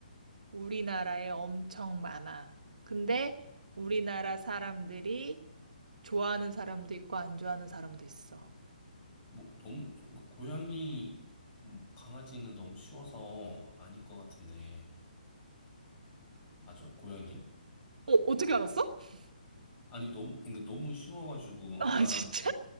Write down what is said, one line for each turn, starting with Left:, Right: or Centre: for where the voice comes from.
Right: 우리나라에 엄청 많아. 근데
Left: 그래?
Right: 우리나라 사람들이 좋아하는 사람도 있고 안 좋아하는 사람도 있어.
Left: 뭐, 너무, 그러니까 고양이, 뭐, 강아지는 너무 쉬워서 아닐 것 같은데. 맞아? 고양이요?
Right: 어, 어떻게 알았어? <laughs>
Left: 아니, 너무, 그러니까 너무 쉬워가지고,
Right: 아,
Left: 아까,
Right: 진짜?
Left: 아까,